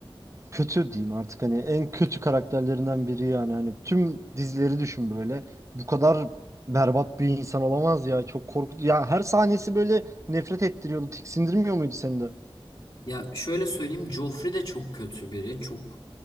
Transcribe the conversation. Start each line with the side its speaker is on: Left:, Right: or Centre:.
Right: kötü diyeyim artık hani en kötü karakterlerinden biri yani. Hani tüm dizileri düşün böyle. Bu kadar berbat bir insan olamaz ya. Çok korkutucu. Ya her sahnesi böyle nefret ettiriyordu. Tiksindirmiyor muydu seni de?
Left: Ya şöyle söyleyeyim Joffrey de çok kötü biri. Çok